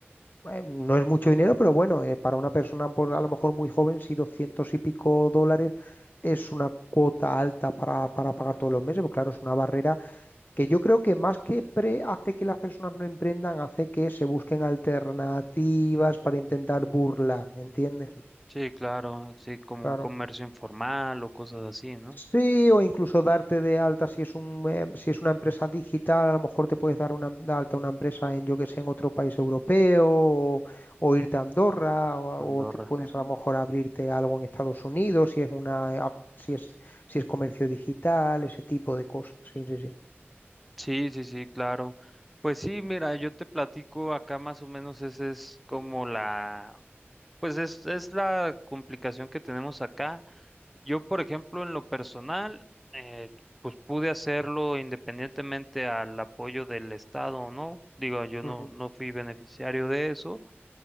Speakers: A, on the left (about 45°); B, in the centre.
A: eh, no es mucho dinero, pero bueno, eh, para una persona por, a lo mejor muy joven, si 200 y pico dólares es una cuota alta para, para pagar todos los meses, pues claro, es una barrera que yo creo que más que pre hace que las personas no emprendan, hace que se busquen alternativas para intentar burlar, ¿entiendes?
B: Sí, claro, sí, como
A: Claro.
B: un comercio informal o cosas así, ¿no?
A: Sí, o incluso darte de alta si es un, eh, si es una empresa digital, a lo mejor te puedes dar una, de alta una empresa en, yo que sé, en otro país europeo o, o irte a Andorra o, a-
B: Andorra.
A: o te puedes a lo mejor abrirte algo en Estados Unidos si es una, eh, ap- si es, si es comercio digital, ese tipo de cosas. Sí, sí, sí.
B: Sí, sí, sí, claro. Pues sí, mira, yo te platico acá más o menos ese es como la Pues es, es la complicación que tenemos acá. Yo, por ejemplo, en lo personal, eh, pues pude hacerlo independientemente al apoyo del Estado o no. Digo, yo no,
A: Ujú.
B: no fui beneficiario de eso.